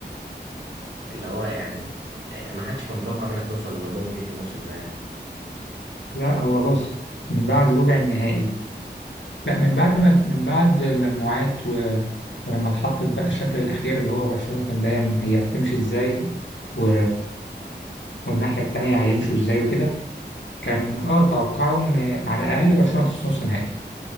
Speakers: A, on the right (about 80°); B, on the left (about 85°).
A: اللي هو يعني آه، ما حدش كان متوقع منك توصل للنقطة دي في الموسم ده يعني
B: لا هو بص من بعد ربع النهائي لا من بعد ما من بعد المجموعات و... ولما اتحطت بقى الشكل الأخير اللي هو برشلونة كان باين هي هتمشي إزاي و... والناحية التانية هيمشوا إزاي وكده كان اه توقعوا ان على الاقل برشلونه توصل نص نهائي